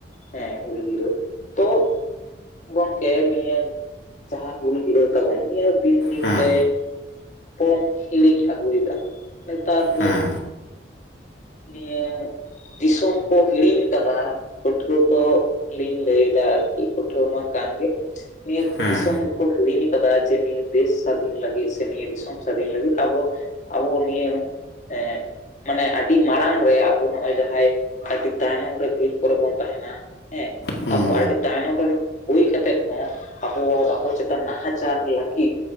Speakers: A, on the left; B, on the left.
A: ᱦᱮᱸ ᱩᱞ ᱜᱤᱨᱟᱹ ᱛᱚ ᱜᱚᱝᱠᱮ ᱱᱤᱭᱟᱹ ᱡᱟᱦᱟᱸ ᱦᱩᱞ ᱜᱤᱨᱟᱹᱣ ᱛᱟᱵᱚᱱ ᱱᱤᱭᱟᱹ ᱫᱤᱱ ᱫᱤᱱ
B: ᱦᱮᱸ
A: ᱛᱮ ᱵᱚᱱ ᱦᱤᱲᱤᱧ ᱟᱹᱜᱩᱭᱮᱫᱟ ᱱᱮᱛᱟᱨ ᱨᱮᱱ
B: ᱦᱮᱸ
A: ᱱᱤᱭᱟᱹ ᱫᱤᱥᱚᱢ ᱠᱚ ᱦᱤᱲᱤᱧ ᱠᱟᱫᱟ ᱯᱟᱹᱴᱷᱩᱣᱟᱹ ᱠᱚ ᱞᱤᱧ ᱞᱟᱹᱭ ᱫᱟ ᱟᱨᱠᱤ ᱯᱟᱹᱴᱷᱩᱣᱟᱹ ᱢᱟ ᱠᱟᱱ ᱜᱮ ᱱᱤᱭᱟᱹ
B: ᱦᱮᱸ
A: ᱫᱤᱥᱚᱢ ᱨᱮᱠᱚ ᱦᱤᱲᱤᱧ ᱟᱠᱟᱫᱟ ᱡᱮ ᱱᱤᱭᱟᱹ ᱫᱮᱥ ᱥᱟᱹᱫᱷᱤᱱ ᱞᱟᱹᱜᱤᱫ ᱥᱮ ᱱᱤᱭᱟᱹ ᱫᱤᱥᱚᱢ ᱥᱟᱹᱫᱷᱤᱱ ᱞᱟᱹᱜᱤᱫ ᱟᱵᱚ ᱟᱵᱚ ᱱᱤᱭᱟᱹ ᱮ ᱢᱟᱱᱮ ᱟᱹᱰᱤ ᱢᱟᱲᱟᱝ ᱨᱮ ᱟᱵᱚ ᱱᱚᱜ-ᱚᱭ ᱡᱟᱦᱟᱸᱭ ᱟᱹᱰᱤ ᱛᱟᱭᱱᱚᱢ ᱨᱮ ᱵᱤᱨ ᱠᱚᱨᱮ ᱵᱚᱱ ᱛᱟᱦᱮᱱᱟ ᱦᱮᱸ
B: ᱦᱮᱸ
A: ᱟᱵᱚ ᱟᱹᱰᱤ ᱛᱟᱭᱱᱚᱢ ᱨᱮᱱ ᱦᱩᱭ ᱠᱟᱛᱮᱫ ᱦᱚᱸ ᱟᱵᱚ ᱟᱵᱚ ᱪᱮᱛᱟᱱ ᱱᱟᱦᱟᱪᱟᱨ ᱞᱟᱹᱜᱤᱫ